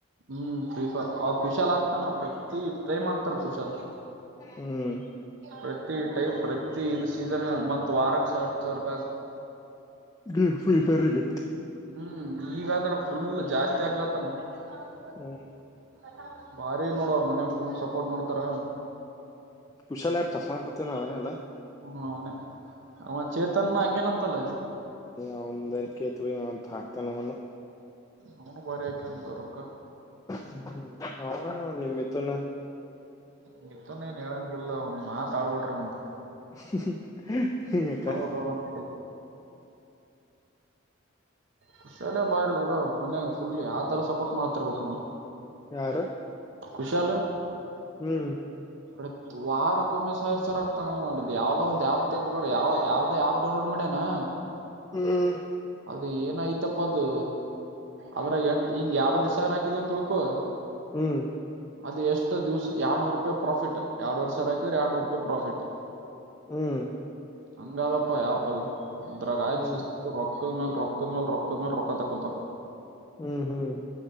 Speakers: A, on the right; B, on the left.
A: ಹ್ಮ್ ಫ್ರೀ ಫೈರ್ ಹಾ ಕುಶಾಲ ಆಗ್ತಾನ ಪ್ರತಿ ಟೈಮ್ ಆಗ್ತಾನ ಕುಶಲ್
B: ಹ್ಮ್
A: ಪ್ರತಿ ಟೈಮ್ ಪ್ರತಿ ಇದು ಸೀಸನ್ ಮತ್ ವಾರಕ್ ಸಾವಿರ ಸಾವಿರ ರೂಪೈ
B: ಗೇಮ್ ಫ್ರೀ ಫೈರ್ಗೆ
A: ಹ್ಮ್ ಈಗಾದದ್ರ ಫುಲ್ ಜಾಸ್ತಿ ಆಗ್ಲತ್ತಮ್ಮ <unintelligible>
B: ಹ್ಮ
A: ಬಾರಿ ನೋಡವ್ರ ಮನ್ ಫುಲ್ ಸಪೋರ್ಟ್ ಮಾಡ್ತಾರ
B: ಕುಷಾಲಯ ಚಶ್ಮಾ ಕೊತನುಾವನೆ ಅಲ್ಲಾ
A: ಹ್ಮ ಅವನ್ ಅವನ ಚೇತನ್ ಹಾಕೇನಂತಲ್ಲ
B: ಅವನು ಏನು ಕೆಳೆಟೇಲೆ ಹಾಕ್ತಾನ ಅವನು
A: ಅವನು ಬರಕಂತೊರೊಕ್ಕ
B: ಹ್ಮ ಅವನು ಮಿಥುನ
A: ಮಿಥುನ್ ಏನು ಹೇಳಂಗಿಲ್ಲ ಒಂದ್ ಮಾತ್ ಆಳ್ಬಟ್ರ ಆವುದು
B: <unintelligible>
A: ಓದೋದನ್
B: ಯಾಕ
A: ಕುಶಾಲ್ ಬಾರಿ ಬೇಡು ಮನ್ಯಾಗ ಫುಲ್ ಯಾವತರ ಸಪೋರ್ಟ್ ಮಾಡ್ತಿರ್ಬೇಕಕ್ ನೋಡ
B: ಯಾರು
A: ಕುಖಶಾಲ
B: ಹ್ಮ್
A: ಪ್ರತಿ ವಾರ ಕೊಮ್ಮೆ ಸಾವಿರ್ ಸಾವಿರ್ ಆಗ್ತಾನ ಯಾವದೋ ಒಂದು ಆಪ್ ತಗಕ ಯಾವ ಯಾವ್ದದೋ ಆ್ಯಪ್ ಡೌನ್ಲೋಡ್ ಮಾಡ್ಯನಾ
B: ಹ್ಮ್
A: ಅದ ಏನ ಐ್ತಪ್ಪ ಅದು ಅದ್ರಾಗ ಎಟ್ ಹಿಂಗ ಎರಡುವರೆ ಸಾವಿರ ಹಾಕಿದ ಅಂತ ತಿಳ್ಕೊ
B: ಹ್ಮ್
A: ಅದು ಎಷ್ಟು ದಿವ್ಸ ಎರಡ್ನೂರು ರೂಪಾಯಿ ಪ್ರಾಫಿಟ್ರಡ್ಡು ಎರಡ್ ವಾರೆ ಸಾವರ ಹಾಕಿದ್ರೆ ಎರಡ್ನೂರು ರೂಪಾಯಿ ಪ್ರಾಫಿಟ್
B: ಹ್ಮ್
A: ಹಂಗದಪ್ಪ ಆಪಲ್ ಅದ್ರಾಗ ಹಾಯಕ್
B: ಹ್ಮ್
A: ಶಿಸ್ತು ರೊಕ್ಕ ರೊಕ್ಕದ್ ಮೇಲ್ ರೊಕ್ಕದ್ ಮಲ್ ರೊಕ್ಕದ್ ಮಲ್ ರೊಕ್ಕ ತಕ್ಕೊತ
B: ಹ್ಮ್ ಹ್ಮ್